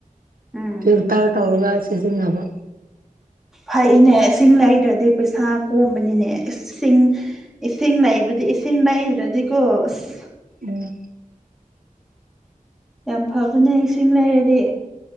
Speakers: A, in the centre; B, on the right.
A: ꯎꯝ
B: ꯐꯤꯜꯇꯔ ꯇꯧꯔꯒ ꯁꯤꯖꯤꯟꯅꯕ
A: ꯐꯩꯅꯦ ꯏꯁꯤꯡ ꯂꯩꯗ꯭ꯔꯗꯤ ꯄꯩꯁꯥ ꯀꯣꯝꯕꯅꯤꯅꯦ ꯏꯁꯤꯡ ꯏꯁꯤꯡ ꯂꯩꯕꯗꯤ ꯏꯁꯤꯡ ꯂꯩꯗ꯭ꯔꯗꯤꯀꯣ ꯑꯁ
B: ꯎꯝ
A: ꯌꯥꯝ ꯐꯕꯅꯦ ꯏꯁꯤꯡ ꯂꯩꯔꯗꯤ